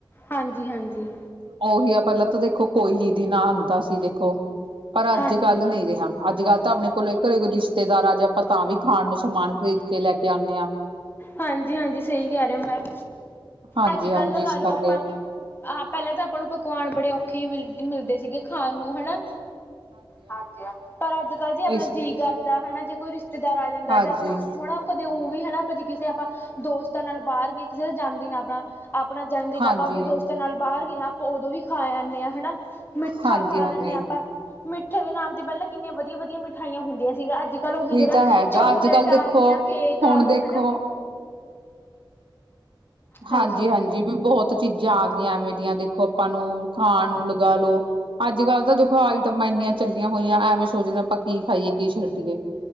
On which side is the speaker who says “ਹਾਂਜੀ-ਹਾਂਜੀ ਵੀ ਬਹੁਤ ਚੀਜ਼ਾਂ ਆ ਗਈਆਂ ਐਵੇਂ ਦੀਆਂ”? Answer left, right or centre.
Right